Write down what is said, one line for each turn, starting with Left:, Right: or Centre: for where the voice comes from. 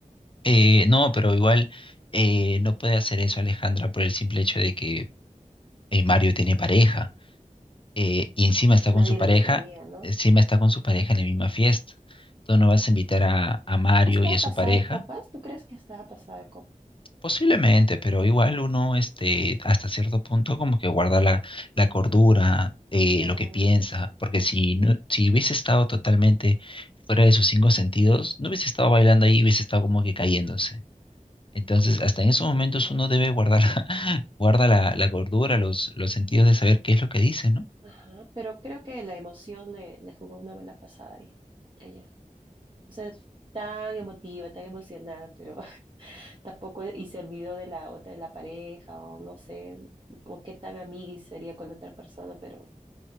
Left: Eh, no, pero igual eh, no puede hacer eso Alejandra por el simple hecho de que eh, Mario tiene pareja. eh, y encima está
Right: a nadie
Left: con su pareja,
Right: le gustaría, ¿no?
Left: encima está con su pareja en la misma fiesta. Tú no vas a invitar a, a Mario
Right: ¿Estaba
Left: y a
Right: pasada
Left: su pareja,
Right: de copas? ¿Tú crees que estaba pasada de copas?
Left: posiblemente, pero igual uno, este, hasta cierto punto, como que guarda la, la cordura, eh,
Right: Claro,
Left: lo que piensa, porque si, no- si hubiese estado totalmente fuera de sus cinco sentidos, no hubiese estado bailando ahí, hubiese estado como que cayéndose. Entonces, hasta en esos
Right: sí,
Left: momentos
Right: pues.
Left: uno debe guardar, <laughs> guarda la, la cordura, los, los sentidos de saber qué es lo que dice, ¿no?
Right: Ajá, pero creo que la emoción le, le jugó una mala pasada ahí, a ella. O sea, tan emotiva, tan emocionada, pero <laughs> tampoco y se olvidó de la otra, de la pareja, o no sé, o qué tan amiga y sería con la otra persona, pero